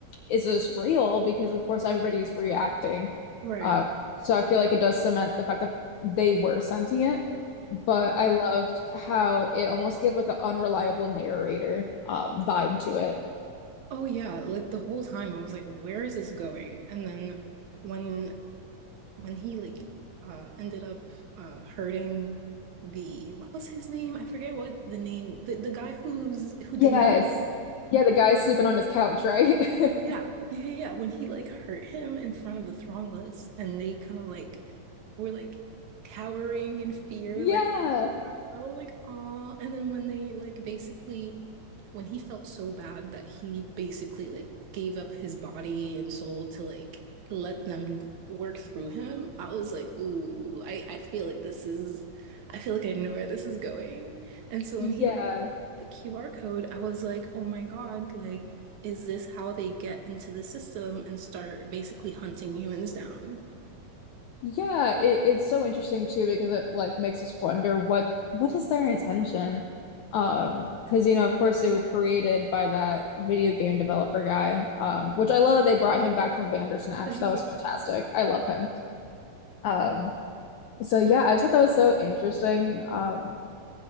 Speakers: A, on the left; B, on the right.
A: is this real? Because of course everybody's reacting.
B: Right.
A: Um, so I feel like it does cement the fact that they were sentient but I loved how it almost gave like an unreliable narrator um, vibe to it.
B: Oh yeah, like the whole time I was like, where is this going? And then when when he like uh ended up uh hurting the what was his name? I forget what the name the, the guy who's who didn't
A: Yes.
B: have
A: Yeah, the guy's sleeping on his couch, right? <laughs>
B: Yeah, yeah, yeah. yeah. When he like hurt him in front of the Thronglets, and they kind of like were like cowering in fear,
A: Yeah.
B: like watching that. I was like, oh. And then when they like basically, when he felt so bad that he basically like gave up his body and soul to like let them work through him, I was like, ooh, I I feel like this is, I feel like I know where this is going. And so
A: Yeah.
B: when he like QR code, I was like, oh my God, like, is this how they get into the system and start basically hunting humans down?
A: Yeah, it, it's so interesting too because it like makes us wonder what what is their intention? Um, because you know, of course, they were created by that video game developer guy, um, which I love that they brought him back from Bandersnatch.
B: Dang.
A: That was fantastic. I love him. Um, so yeah, I just thought that was so interesting. Um,